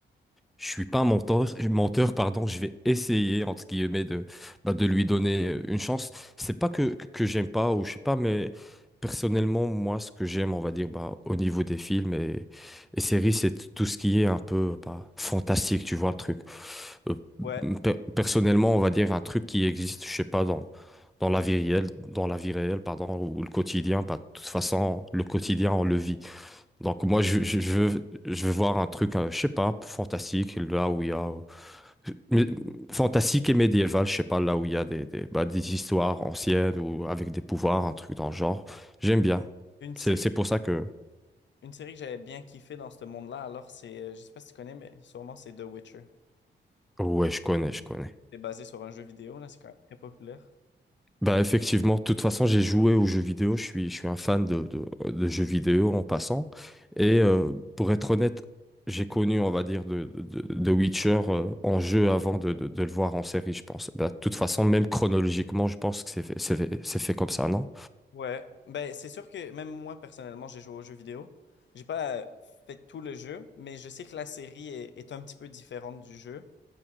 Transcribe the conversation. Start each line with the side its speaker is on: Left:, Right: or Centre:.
Centre: Je suis pas un menteur, menteur, pardon, je vais essayer, entre guillemets, de, bah, de lui donner euh, une chance. C'est pas que, que j'aime pas, ou je sais pas, mais personnellement, moi, ce que j'aime, on va dire, bah, au niveau des films et, et séries, c'est tout ce qui est un peu, bah, fantastique, tu vois, le truc. Euh,
Left: Ouais,
Centre: per- personnellement, on va dire un truc qui existe, je sais pas, dans, dans la vie réelle, dans la vie réelle, pardon, ou le quotidien, bah, de toute façon, le quotidien, on le vit. Donc moi je, je, je veux je veux voir un truc euh, je sais pas fantastique là où il y a euh, mais- fantastique et médiéval je sais pas là où il y a des des, bah, des histoires anciennes ou avec des pouvoirs un truc dans le genre j'aime bien
Left: une série,
Centre: c'est c'est pour ça que
Left: une série que j'avais bien kiffé dans ce monde-là, alors c'est, euh, je sais pas si tu connais, mais sûrement c'est The Witcher.
Centre: ouais je connais je connais
Left: C'est basé sur un jeu vidéo, là, c'est quand même très populaire.
Centre: Bah effectivement, de toute façon, j'ai joué aux jeux vidéo, je suis, je suis un fan de, de, de jeux vidéo en passant. Et euh, pour être honnête, j'ai connu, on va dire, de, de, de Witcher euh, en jeu avant de, de, de le voir en série, je pense. Bah, de toute façon, même chronologiquement, je pense que c'est fait, c'est fait c'est fait comme ça, non?
Left: Ouais, ben c'est sûr que même moi personnellement, j'ai joué au jeu vidéo. J'ai pas euh, fait tout le jeu, mais je sais que la série est, est un petit peu différente du jeu